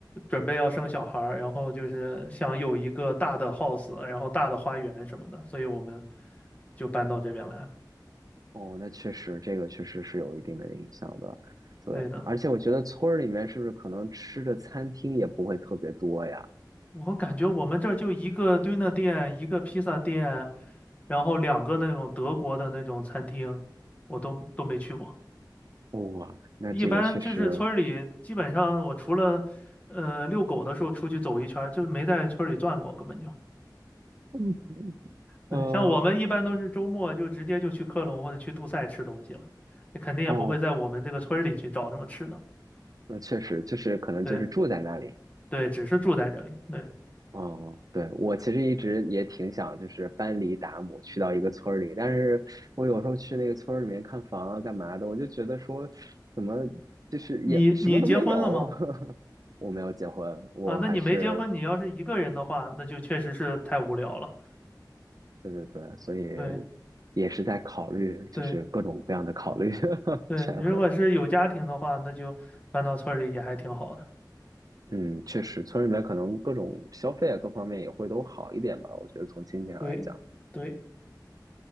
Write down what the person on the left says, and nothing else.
准备要生小孩儿，然后就是想有一个大的 house，然后大的花园什么的，所以我们就搬到这边来了
对的，
我感觉我们这儿就一个 d ö n e 店，一个披萨店，然后两个那种德国的那种餐厅，我都都没去过。
一般就是村儿里，基本上我除了呃遛狗的时候出去走一圈儿就没在村儿里转过，根本就。
对，
像我们一般都是周末就直接就去科隆或者去杜塞吃东西了，你肯定也不会在我们这个村儿里去找什么吃的。
对对，只是住在这里。对，
你你结婚了吗？
啊，那你没结婚，你要是一个人的话，那就确实是太无聊了。
对
对
对，
你如果是有家庭的话，那就搬到村儿里也还挺好的。
对对。